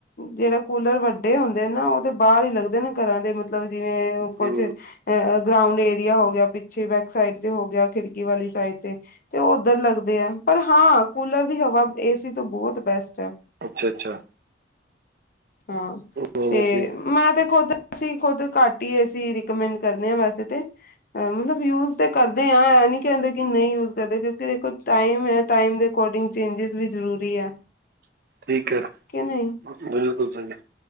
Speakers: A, on the left; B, on the right.
A: ਜਿਹੜਾ ਕੂਲਰ ਵੱਡੇ ਹੁੰਦੇ ਨੇ ਨਾ, ਔ ਤੇ ਬਾਹਰ ਹੀ ਲੱਗਦੇ ਨੇ ਘਰਾਂ ਦੇ ਮਤਲਬ ਜਿਵੇਂ ਕੁਛ
B: ਹੂੰ
A: ਅ ਗਰਾਉਂਡ ਏਰੀਆ ਹੋ ਗਿਆ ਪਿੱਛੇ ਬੈਕ ਸਾਈਡ ਤੇ ਹੋ ਗਿਆ, ਖਿੜਕੀ ਵਾਲੀ ਸਾਈਡ ਤੇ, ਤੇ ਉਹ ਉੱਧਰ ਲੱਗਦੇ ਆ, ਪਰ ਹਾਂ ਕੂਲਰ ਦੀ ਹਵ ਅਬ ਏ ਸੀ ਤੋਂ ਬਹੁਤ ਬੈਸਟ ਹੈ।
B: ਅੱਛਾ ਅੱਛਾ।
A: ਹਾਂ,
B: ਨਹੀਂ
A: ਤੇ
B: ਨਹੀਂ ਠੀਕ
A: ਮੈਂ ਤੇ ਖੁੱਦ। ਅਸੀਂ ਖੁਦ ਘੱਟ ਹੀ ਏ ਸੀਂ ਰਿਕਮੈਂਡ ਕਰਦੇ ਹਾਂ ਵੈਸੇ ਤੇ, ਮਤਲਬ ਯੂਜ ਤੇ ਕਰਦੇ ਹਾਂ। ਨੀ ਕਹਿੰਦੇ ਕਿ ਨਹੀਂ ਯੂਜ ਕਰਦੇ, ਕਿਉਂਕਿ ਦੇਖੋ ਟਾਈਮ ਹੈ, ਟਾਈਮ ਦੇ ਅਕੋਰਡਿੰਗ ਚੇਂਜਿਸ ਵੀ ਜ਼ਰੂਰੀ ਹੈ। <inaudible>
B: ਠੀਕ ਹੈ
A: ਕਿ ਨਹੀਂ
B: ਮਿਲੋ ਤੋ ਦਸਾਂਗੇ।